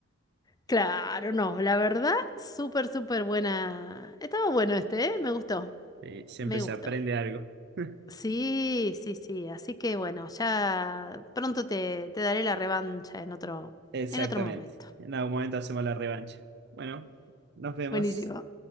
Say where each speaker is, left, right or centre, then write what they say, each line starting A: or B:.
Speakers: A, on the left; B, on the right.
A: claro, no, la verdad, súper, súper buena. Estaba bueno este, ¿eh? Me gustó,
B: Sí, siempre
A: me
B: se
A: gustó.
B: aprende algo. <laughs>
A: Sí, sí, sí. Así que bueno, ya pronto te, te daré la revancha en otro,
B: Exactamente.
A: en otro momento.
B: En algún momento hacemos la revancha. Bueno, nos vemos.
A: Buenísimo.